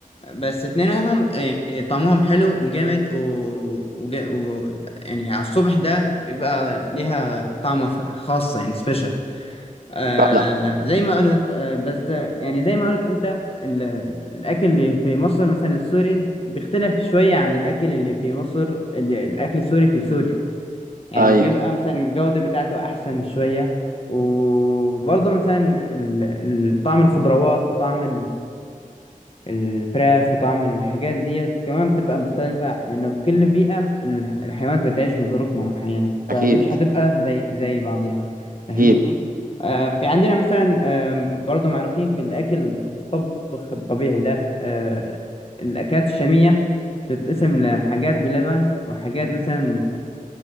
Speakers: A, on the left (about 40°); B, on the right (about 80°).
A: بس اتنينهم آه، طعمهم حلو وجامد و... وج... و... يعني على الصبح ده بيبقى ليها طعم خ- خاص يعني سبيشال آه
B: فعلا
A: زي ما قلت آه بس آه، يعني زي ما قلت انت ال... الاكل اللي في مصر مثلا السوري بيختلف شوية عن الاكل اللي في مصر اللي... الاكل السوري في سوريا يعني
B: أيوه
A: بيبقى مثلا الجودة بتاعته احسن شوية وبرضه مثلا ال- ال- طعم الخضروات وطعم الفراخ وطعم الحاجات ديت كمان بتبقى مختلفة لأن كل بيئة الح- الحيوانات بتعيش بظروف معينة
B: أكيد
A: فمش هتبقى زي زي بعضها فاهمني؟
B: أكيد
A: آه في عندنا مثلا آم، برضه معروفين في الأكل الطبخ الطبيعي ده آه الأكلات الشامية بتتقسم لحاجات بلبن وحاجات مثلا